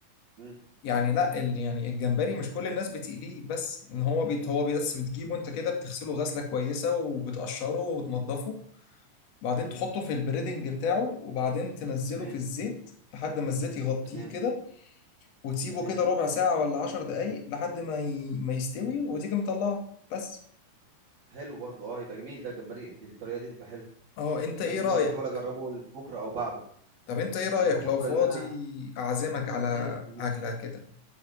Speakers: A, on the right; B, on the left.
A: مم.
B: يعني لا ال- يعني الجمبري مش كل الناس بتقليه بس ان هو بيت هو بس بتجيبه انت كده بتغسله غسله كويسه وبتقشره وتنضفه وبعدين
A: مم.
B: تحطه في البريدنج بتاعه وبعدين تنزله
A: تمام
B: في الزيت لحد ما الزيت يغطيه
A: تمام
B: كده وتسيبه
A: تمام
B: كده ربع ساعه ولا عشر دقايق لحد ما ي... ما يستوي وتيجي مطلعه بس
A: حلو برضو اه يبقى جميل ده الجمبري بالطريقة دي تبقى حلو
B: اه انت ايه
A: ممكن
B: رايك
A: برضو احاول اجربه بكرة او بعده
B: طب انت ايه رايك
A: انا بفكر
B: لو فاضي
A: ان انا
B: اعزمك على
A: ننزل
B: اكله كده